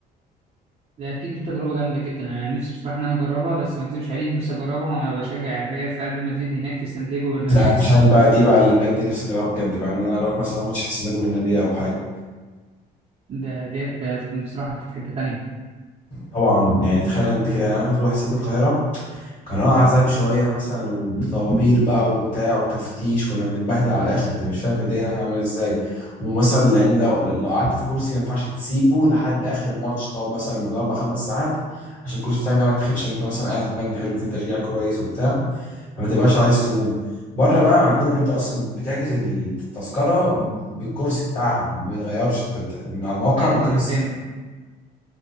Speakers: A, on the right; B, on the left.
A: ده اكيد دي تجربه جامده جدا انا نفسي بصراحه ان انا اجربها بس ما اكذبش عليك نفسي اجربها وانا بشجع الريال في قلب مدريد هناك في سانتياغو برنابيو
B: لا تخيل بقى دي بقى اللي بجد نفسي أجربها بجد بقى إن أنا أروح مثلا ماتش في سيناجو بالنبي أو حاجة
A: ده ديت هتكون بصراحه في حته تانيه
B: طبعا يعني تخيل أنت كده أنا كنت بروح استاد القاهرة كان اه عذاب شوية مثلا وطوابير بقى وبتاع وتفتيش كنا بنتبهدل على الآخر أنت مش فاهم كانت الدنيا هناك عاملة إزاي ومثلا يعني لو لو قعدت في كرسي ما ينفعش تسيبه لحد آخر الماتش تقعد مثلا بالأربع أربع خمس ساعات عشان الكرسي بتاعك ده ما يتاخدش إن أنت مثلا قاعد في مكان حلو فيه تشجيع كويس وبتاع فما تبقاش عايز تقوم بره بقى عندهم أنت أصلا بتحجز التذكرة بالكرسي بتاعها ما بيتغيرش أنت بت... من على الموقع
A: ايوه
B: بتحجز
A: انا فاهم